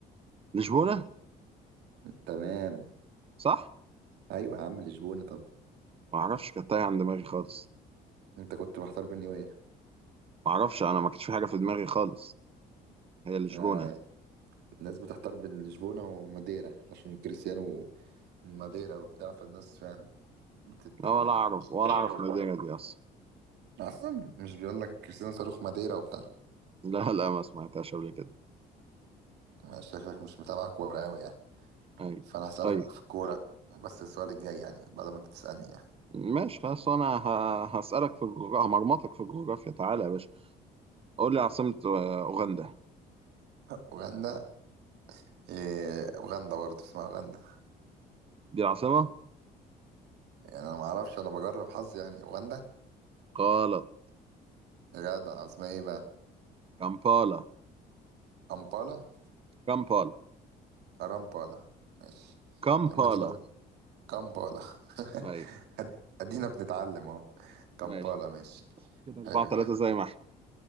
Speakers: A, on the right; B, on the right.
A: لشبونة
B: تمام
A: صح
B: ايوه يا عم لشبونة طب
A: ما اعرفش كانت تايهة عن دماغي خالص
B: انت كنت محتار بين ايه
A: ما اعرفش انا ما كانتش في حاجة في دماغي خالص هي لشبونة
B: آه، الناس بتحتار بين لشبونة وماديرا عشان كريستيانو من ماديرا وبتاع فالناس فاهم بتت
A: لا ولا اعرف ولا
B: تعرف
A: اعرف المدينة دي اصلا
B: اصلا مش بيقول لك كريستيانو صاروخ ماديرا وبتاع
A: لا لا ما سمعتهاش قبل كده
B: ما شكلك مش متابع كورة أوي يعني
A: ايوه
B: فأنا هسألك
A: طيب
B: في الكورة بس السؤال الجاي يعني بعد ما أنت تسألني يعني
A: ماشي خلاص انا ه- هسألك في الجغرافيا همرمطك في الجغرافيا تعالى يا باشا قول لي عاصمة آه، أوغندا
B: أوغندا إيه أوغندا برضه اسمها أوغندا
A: دي العاصمة
B: يعني أنا معرفش أنا بجرب حظي يعني أوغندا
A: غلط
B: جدع اسمها إيه بقى
A: كامبالا
B: أمبالا
A: كامبالا
B: أرامبالا ماشي
A: كامبالا
B: يا مدينة كامبالا <laughs>
A: أيوة
B: أد- أدينا بنتعلم أهو كامبالا
A: ماشي
B: ماشي
A: كده
B: حلو
A: أربعة ثلاثة
B: ده
A: زي ما احنا